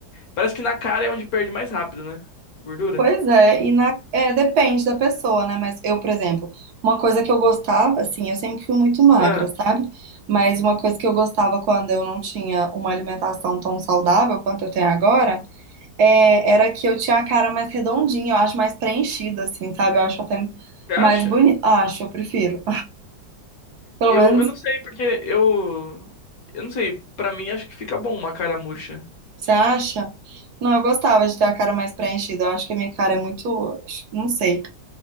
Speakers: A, on the left; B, on the right.
A: Parece que na cara é onde perde mais rápido, né? Gordura.
B: Pois é, e na, é, depende da pessoa, né? Mas eu, por exemplo, uma coisa que eu gostava, assim, eu sempre fui muito magra,
A: Ah,
B: sabe? Mas uma coisa que eu gostava quando eu não tinha uma alimentação tão saudável quanto eu tenho agora, é, era que eu tinha a cara mais redondinha, eu acho mais preenchida, assim, sabe? Eu acho até
A: você acha?
B: mais bonita. Acho, eu prefiro. <laughs> Pelo
A: Eu,
B: menos,
A: eu não sei, porque eu. Eu não sei, pra mim acho que fica bom uma cara murcha.
B: você acha? Não, eu gostava de ter a cara mais preenchida. Eu acho que a minha cara é muito, não sei,